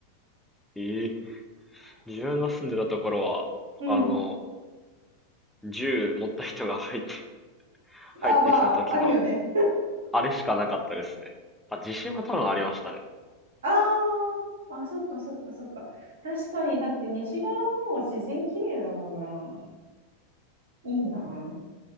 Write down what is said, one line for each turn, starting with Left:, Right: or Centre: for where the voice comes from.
Centre: ええ自分が住んでたところは、
Right: うん。
Centre: あの、銃持った人が入って、入ってきた時の、
Right: あ、まあ、あるよね。
Centre: あれしかなかったですね。あ、地震は多分ありましたね。
Right: ああ、あ、そっかそっかそっか。確かに、だって西側の方が自然綺麗だもんな。いいな。